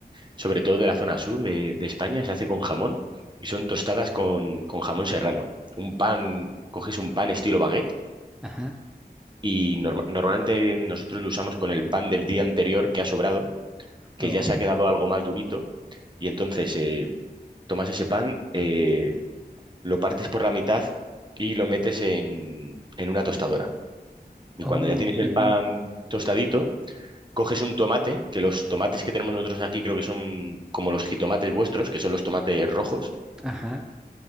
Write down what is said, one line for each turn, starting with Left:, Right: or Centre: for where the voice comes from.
Right: sobre todo de la zona sur de, de España, se hace con jamón y son tostadas con, con jamón serrano. Un pan, coges un pan estilo baguette
Centre: Ajá.
Right: y norma- normalmente nosotros lo usamos con el pan del día anterior que ha sobrado, que
Centre: Oh,
Right: ya se ha quedado algo más durito, y entonces eh, tomas ese pan, eh, lo partes por la mitad y lo metes en, en una tostadora. Y
Centre: oh,
Right: cuando ya tienes
Centre: ujú,
Right: el pan tostadito, coges un tomate, que los tomates que tenemos nosotros aquí creo que son como los jitomates vuestros, que son los tomates rojos,
Centre: Ajá.